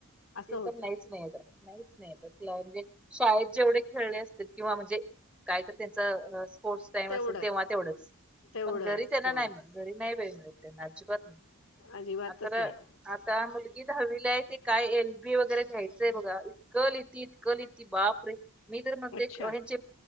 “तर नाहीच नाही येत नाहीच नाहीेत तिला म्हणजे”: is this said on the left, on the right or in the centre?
Centre